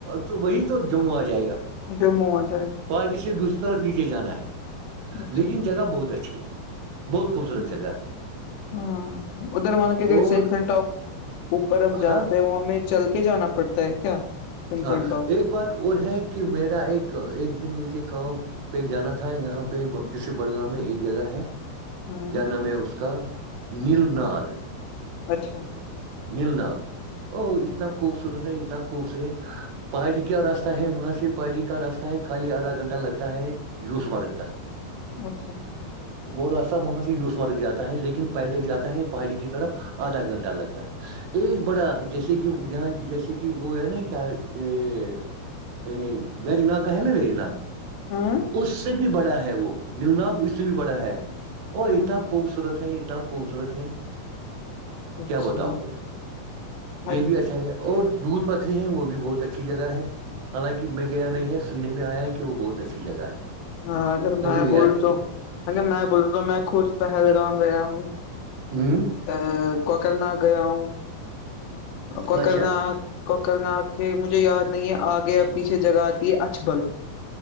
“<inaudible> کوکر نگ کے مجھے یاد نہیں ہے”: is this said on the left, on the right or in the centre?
Left